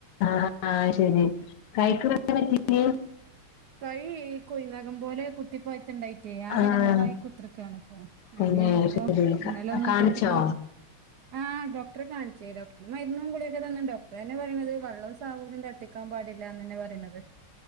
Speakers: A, on the left; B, on the right.
A: ആഹ് ആഹ് ശെരി കഴിക്ക് <unintelligible> പറ്റി <unintelligible> നെ
B: കൈ ഈ കുഴി നഖം പോലെ കുത്തിപ്പായ്ത്ത് ഇണ്ടായി റ്റേ ആകെ
A: ആഹ്
B: എടങ്ങേറായി കുത്ത്റ്ക്കാണ് ഇപ്പൊ അയിന്
A: പിന്നെ
B: ഇപ്പോ
A: ശരി
B: ഇന്നല ഒന്ന്
A: കാണിച്ചോ
B: കുത്തിപ്പോ ആഹ് ഡോക്ടറെ കാണിച്ചെ. ഡോക്ടർ മരുന്നും കൂളികൊക്കെ തന്നിണ്ട് ഡോക്ടറെ എന്നെ പറയുന്നത് വള്ളവും സാമൂനും തട്ട് ക്കാൻ പാടില്ലാന്നന്നെ പറിണത്